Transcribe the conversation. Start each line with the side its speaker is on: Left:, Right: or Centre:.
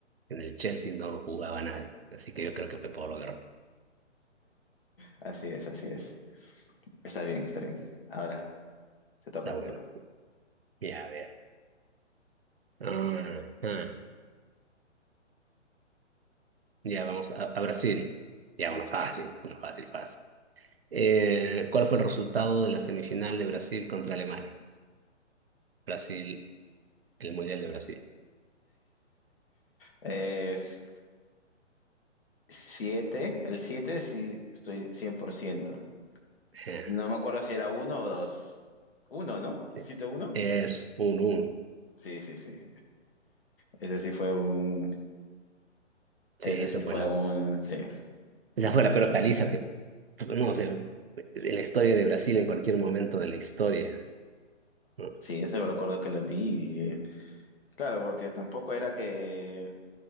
Right: En el Chelsea no jugaba nadie. Así que yo creo que fue Pablo Guerrero.
Left: Así es, así es. Está bien, está bien. Ahora, te toca,
Right: Está
Left: te
Right: bueno.
Left: toca.
Right: Ya, a ver. Ah, ah. Ya, vamos a, a Brasil. Ya, una fácil, una fácil, fácil. Eh, ¿cuál fue el resultado de la semifinal de Brasil contra Alemania? Brasil, el Mundial de Brasil.
Left: Es 7, el 7 sí estoy 100%.
Right: Eh,
Left: No me acuerdo si era uno o dos. Uno, no Siete
Right: eh,
Left: uno.
Right: es 1 uno.
Left: Sí, sí, sí. Ese sí fue un...
Right: Sí,
Left: Ese
Right: esa
Left: sí
Right: fue
Left: fue
Right: la,
Left: un... Sí.
Right: esa fue la peor
Left: No,
Right: paliza que, no sé, de la historia de Brasil en cualquier momento de la historia. ¿no?
Left: Sí, eso me recuerdo que la vi. y, eh, claro, porque tampoco era que